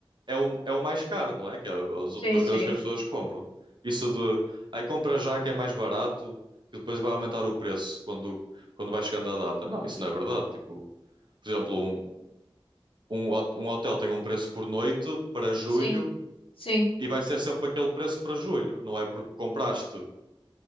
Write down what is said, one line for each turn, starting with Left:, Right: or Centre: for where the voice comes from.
Right: é o, é o mais caro, não é? Que é as últimas
Left: Sim, sim.
Right: coisas que as pessoas compram. Isso de, aí compra já que é mais barato, que depois vai aumentar o preço quando, quando vai chegando a data. Não, isso não é verdade. Tipo, por exemplo, um, um, hot- um hotel tem um preço por noite para julho
Left: Sim. Sim.
Right: e vai ser sempre aquele preço para julho. Não é porque compraste